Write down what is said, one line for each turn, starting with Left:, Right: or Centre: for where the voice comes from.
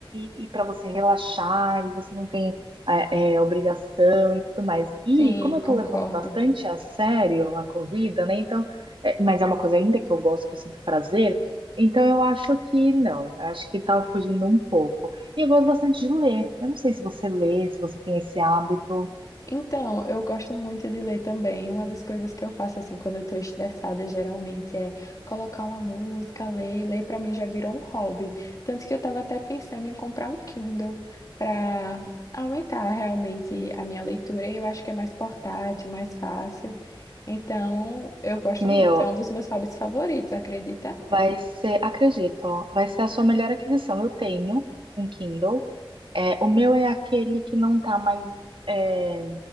Right: e para você relaxar e você não tem é, é, obrigação e tudo mais. E
Left: Sim,
Right: como eu
Left: concordo.
Right: tô levando bastante a sério a corrida, né? Então, é, mas é uma coisa ainda que eu gosto, que eu sinto prazer. Então eu acho que não, eu acho que tá fugindo um pouco. E eu gosto bastante de ler. Eu não sei se você lê, se você tem esse hábito.
Left: Então, eu gosto muito de ler também. Uma das coisas que eu faço, assim, quando eu tô estressada, geralmente, é colocar uma música, ler. E Ler pra mim já virou um hobby. Tanto que eu tava até pensando em comprar um Kindle pra aumentar realmente a minha leitura. E eu acho que é mais portátil, mais fácil. Então, eu gosto
Right: Meu,
Left: muito. É um dos meus hobbies favoritos, acredita?
Right: vai ser, acredito, ó, vai ser a sua melhor aquisição. Eu tenho um Kindle. É, o meu é aquele que não tá mais, é,